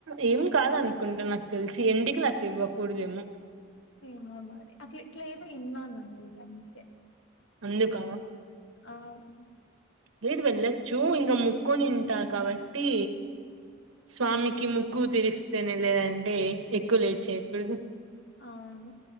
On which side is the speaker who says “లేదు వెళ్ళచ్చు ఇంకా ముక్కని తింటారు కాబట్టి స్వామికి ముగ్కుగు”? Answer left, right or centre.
Right